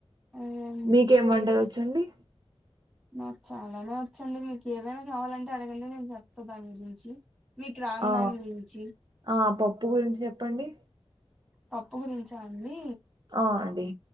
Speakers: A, in the centre; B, on the right (about 40°).
A: అవునండి
B: మీకేం వంటలు వచ్చండి
A: నాకు చాలానే వచ్చండి మీకు ఏదైనా కావాలంటే అడగండి నేను చెప్తా దాని గురించి మీకు రాని
B: ఆ
A: దాని గురించి
B: ఆ పప్పు గురించి చెప్పండి
A: పప్పు గురించా అండి
B: ఆ అండి